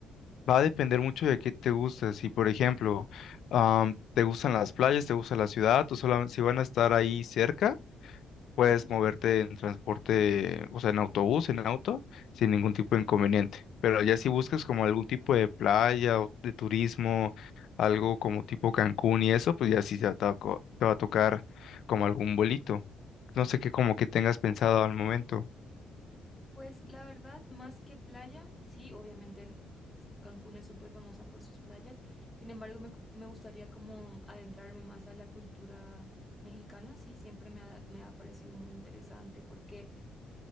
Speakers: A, on the left; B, on the left.
A: Va a depender mucho de qué te gusta. Si, por ejemplo, am, te gustan las playas, te gusta la ciudad, o solam- si van a estar ahí cerca. Puedes
B: ¿Sí?
A: moverte en transporte, o sea, en autobús, en auto, sin ningún tipo de inconveniente. Pero ya si buscas como algún tipo de playa o de turismo, algo como tipo Cancún y eso, pues ya sí ya te va, a co- te va a tocar como algún vuelito. No sé qué como que tengas pensado al momento.
B: Pues la verdad, más que playa, sí, obviamente Cancún es súper famosa por sus playas. Sin embargo, me, cu- me gustaría como adentrarme más a la cultura mexicana, sí, siempre me ha, me ha parecido muy interesante porque